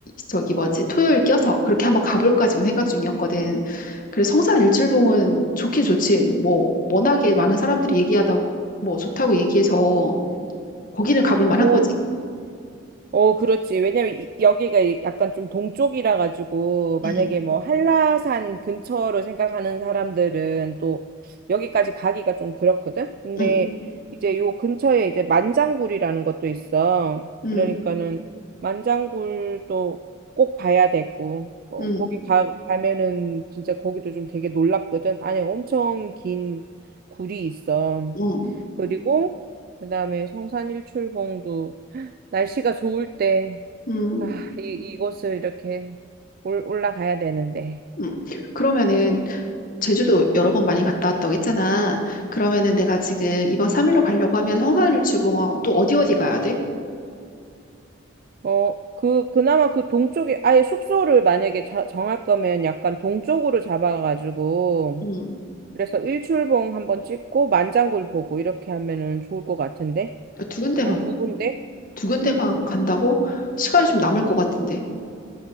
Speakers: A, on the left; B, on the right.
A: 저기 뭐지 토요일 껴서 그렇게 한번 가볼까 지금 생각 중이었거든. 그래서 성산일출봉은 좋긴 좋지. 뭐 워낙에 많은 사람들이 얘기하다 뭐 좋다고 얘기해서 거기는 가볼
B: <laughs>
A: 만한
B: 오,
A: 거지.
B: 어, 그렇지. 왜냐면 이- 여기가 이- 약간 좀 동쪽이라 가지고 만약에
A: 응,
B: 뭐 한라산 근처로 생각하는 사람들은 또 여기까지 가기가 좀 그렇거든. 근데
A: 응,
B: 이제 요 근처에 이제 만장굴이라는 것도 있어.
A: 응,
B: 그러니까는 만장굴도 꼭 봐야 되고 뭐
A: 응,
B: 거기 가 가면은 진짜 거기도 좀 되게 놀랍거든. 안에 엄청 긴 굴이 있어.
A: 응,
B: 그리고 그다음에 성산일출봉도 날씨가 좋을 때
A: 응.
B: 아, 이 이곳을 이렇게 올, 올라가야 되는데.
A: 응. 그러면은 제주도 여러 번 많이 갔다 왔다고 했잖아. 그러면은 내가 지금 2박 3일로 가려고 하면 성산일출봉하고 또 어디 어디 가야 돼?
B: 어, 그 그나마 그 동쪽에 아예 숙소를 만약에 자- 정할 거면 약간 동쪽으로 잡아가지고
A: 응,
B: 그래서 일출봉 한번 찍고 만장굴 보고 이렇게 하면은 좋을 것 같은데.
A: 두 군데만,
B: 한 두 군데?
A: 두 군데만 간다고? 시간이 좀 남을 것 같은데.